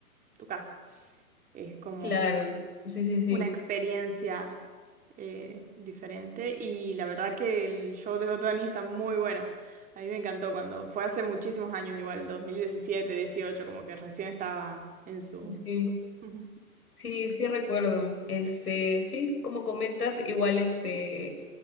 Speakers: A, on the right (about 20°); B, on the left (about 90°).
A: tu casa. Es como
B: claro. Sí, sí, sí.
A: una experiencia eh, diferente y la verdad que el show de Bad Bunny está muy bueno. A mí me encantó cuando fue hace muchísimos años, igual 2017 18 como que recién estaba en su...
B: Sí, sí,
A: Ujú.
B: sí sí recuerdo. Este, sí, como comentas, igual este